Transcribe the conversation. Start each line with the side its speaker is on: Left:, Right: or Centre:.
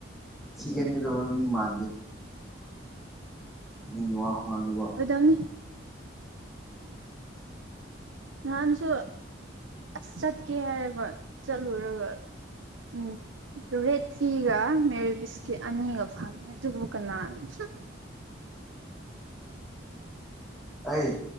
Centre: ꯊꯤꯒꯟꯕ ꯃꯤ ꯃꯥꯟꯗ‌ꯦ ꯅꯤꯡꯒꯤ ꯋꯥꯥꯛ ꯈꯨꯉꯥꯡꯗꯨꯀꫭ
Right: ꯑꯣꯏꯗꯝꯅꯤ ꯅꯍꯥꯟꯁꯨ ꯑꯁ ꯆꯠꯀꯦ ꯍꯥꯏꯔꯒ ꯆꯠꯂꯨꯔꯒ ꯎꯝ ꯔꯦꯠ ꯇꯥꯒ ꯃꯦꯔꯤ ꯕꯤꯁꯀꯤꯠ ꯑꯅꯤꯒ ꯐꯪꯉꯦ ꯑꯗꯨꯕꯨ ꯀꯅꯥꯅ ꯍꯨꯝ
Centre: ꯑꯩ